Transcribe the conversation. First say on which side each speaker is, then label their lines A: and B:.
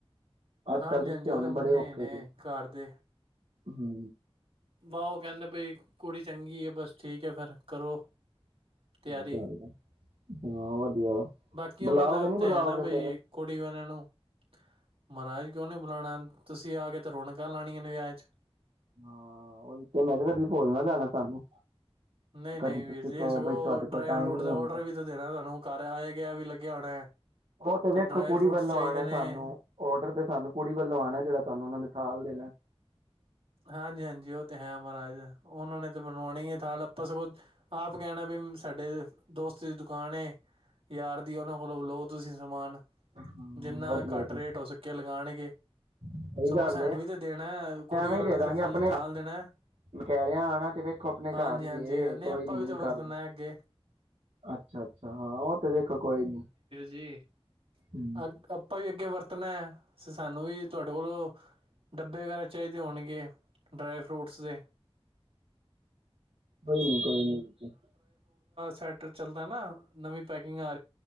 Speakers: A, on the right; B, on the right.
A: ਅੱਜ
B: ਹਾਂਜੀ
A: ਕੱਲ੍ਹ ਰਿਸ਼ਤੇ
B: ਹਾਂਜੀ ਉਹ
A: ਹੋਣੇ
B: ਤਾਂ ਮੰਨੇ
A: ਬੜੇ ਔਖੇ
B: ਨੇ
A: ਜੇ
B: ਘਰ ਦੇ
A: ਹੂੰ
B: ਵਾਹ ਉਹ ਕਹਿੰਦੇ ਬਈ ਕੁੜੀ ਚੰਗੀ ਹੈ ਬਸ ਠੀਕ ਹੈ ਫੇਰ ਕਰੋ।
A: <unintelligible>
B: ਤਿਆਰੀ
A: ਹਾਂ ਵਧੀਆ
B: ਬਾਕੀ
A: ਬੁਲਾਓਗੇ
B: ਉਹਨਾਂ ਦਾ ਉੱਥੇ
A: ਨੀ ਬੁਲਾਓਗੇ
B: ਹੈ ਨਾ ਬਈ
A: ਫੇਰ
B: ਕੁੜੀ ਵਾਲਿਆਂ ਨੂੰ ਮਹਾਰਾਜ ਕਿਉਂ ਨੀ ਬੁਲਾਉਣਾ ਤੁਸੀਂ ਆ ਕੇ ਤੇ ਰੌਣਕਾਂ ਲਾਣੀਆਂ ਨੇ ਵਿਆਹ ਚ
A: ਹਾਂ ਉਹੀ ਤੇ ਮੈਂ ਕਿਹਾ ਕਦੀ ਭੋਲ ਨਾ ਜਾਣਾ ਸਾਨੂੰ
B: ਨਹੀਂ
A: ਕਦੀ
B: ਨਹੀਂ ਵੀਰ
A: ਤੁਸੀਂ
B: ਜੀ
A: ਕਹੋ
B: ਸਗੋਂ
A: ਬਈ ਤੁਹਾਡੇ
B: ਡਰਾਈ
A: ਕੋਲ ਟਾਈਮ
B: ਫਰੂਟ
A: ਨੀ
B: ਦਾ
A: ਹੁੰਦਾ
B: ਔਡਰ ਵੀ ਤਾਂ ਦੇਣਾ ਤੁਹਾਨੂੰ ਘਰ ਆ ਗਿਆ ਵੀ ਲੱਗਿਆ ਹੋਣਾ।
A: ਉਹ ਤੇ ਵੇਖੋ
B: ਡਰਾਈ
A: ਕੁੜੀ
B: ਫਰੂਟਸ
A: ਵੱਲੋਂ
B: ਚਾਹੀਦੇ
A: ਆਣਾ
B: ਨੇ
A: ਸਾਨੂੰ ਔਡਰ ਤੇ ਸਾਨੂੰ ਕੁੜੀ ਵੱਲੋਂ ਆਣਾ ਜਿਹੜਾ ਤੁਹਾਨੂੰ ਉਹਨਾਂ ਨੇ ਥਾਲ ਦੇਨਾ
B: ਹਾਂਜੀ ਹਾਂਜੀ ਉਹ ਤੇ ਹੈ ਮਹਾਰਾਜ ਉਹਨਾਂ ਨੇ ਤਾਂ ਬਣਵਾਣਾ ਹੈ ਥਾਲ ਆਪਾਂ ਸਗੋਂ ਆਪ ਕਹਿਣਾ ਵੀ ਸਾਡੇ ਦੋਸਤ ਦੀ ਦੁਕਾਨ ਯਾਰ ਦੀ ਉਹਨਾਂ ਕੋਲੋਂ ਲਓ ਤੁਸੀਂ ਸਮਾਨ
A: ਹਾਂ
B: ਜਿੰਨਾ
A: ਵਧੀਆ
B: ਘੱਟ
A: ਜੀ
B: ਰੇਟ ਹੋ ਕੇ ਲਗਾਣਗੇ
A: ਸਹੀ
B: ਸਗੋਂ
A: ਗੱਲ
B: ਸੈਣ
A: ਏ
B: ਵੀ ਤੇ ਦੇਣਾ ਕੁੜੀ
A: ਐਵੇਂ ਹੀ ਦੇ
B: ਨੇ
A: ਦਾਂਗੇ
B: ਤਾਂ ਖਾਲੀ
A: ਆਪਣੇ
B: ਥਾਲ ਦੇਣਾ ਹੈ।
A: ਮੈਂ ਕਹਿਰਿਆਂ ਆਣਾ ਤੇ ਵੇਖੋ ਆਪਣੇ
B: ਹਾਂਜੀ
A: ਘਰ ਹੀਈ
B: ਹਾਂਜੀ
A: ਇਹ
B: ਨਹੀਂ
A: ਕੋਈ
B: ਆਪਾਂ
A: ਨੀ
B: ਵੀ ਤਾਂ ਵਰਤਣਾ
A: ਗੱਲ
B: ਹੈ ਅੱਗੇ
A: ਅੱਛਾ ਅੱਛਾ ਹਾਂ ਉਹ ਤੇ ਵੇਖੋ ਕੋਈ ਨੀ।
B: ਜੀ।
A: ਹੂੰ,
B: ਅ ਆਪਾਂ ਵੀ ਅੱਗੇ ਵਰਤ ਤੇ ਸਾਨੂੰ ਵੀ ਤੁਹਾਡੇ ਕੋਲੋਂ ਡੱਬੇ ਵਗੈਰਾ ਚਾਹੀਦੇ। ਹੋਣਗੇ ਡਰਾਈ ਫਰੂਟਸ ਦੇ
A: ਕੋਈ ਨੀ, ਕੋਈ ਨੀ।
B: ਸੈ ਚੱਲਦਾ ਨਾ ਨਵੀਂ ਪੈਕਿੰਗ <inaudible>